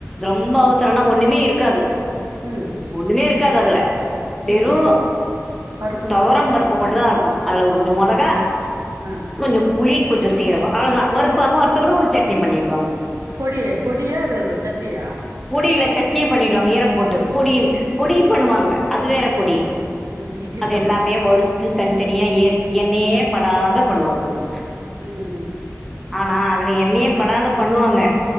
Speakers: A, in the centre; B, on the right.
A: ரொம்ப அவசரன்னா ஒண்ணுமே இருக்காது
B: ம்
A: ஒண்ணுமே இருக்காது அதுல வெறு
B: ம் பருப்பு
A: துவரம்
B: மத்தரோ
A: பருப்பு மட்டுந்தா இருக்கோ அதுல கொஞ்ச மொளகா
B: ஆ
A: கொஞ்ச புளி கொஞ்ச சீரகோ அவ்ளதா வறுப்பாங்க வறுத்துகூட ஒரு சட்னி பண்ணிடுவாங்க
B: பொடி பொடியா அது சட்னியா
A: பொடி இல்ல சட்னியா பண்ணிடுவாங்க ஈரம் போட்டு பொடி பொடி பண்ணுவாங்க அது வேற பொடி
B: ம் இட்லி
A: அது
B: பொடி
A: எல்லாமே வறுத்து தனித்தனியா ஏ எண்ணையே படாத படுவாங்க அது
B: ம் ம்
A: ஆனா அதுல எண்ணையே படாத பண்ணுவாங்க